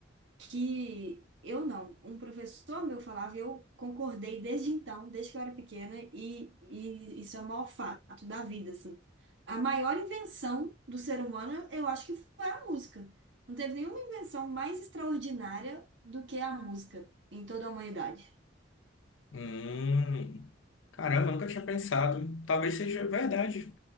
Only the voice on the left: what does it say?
Hum, Caramba, eu nunca tinha pensado. Talvez seja verdade.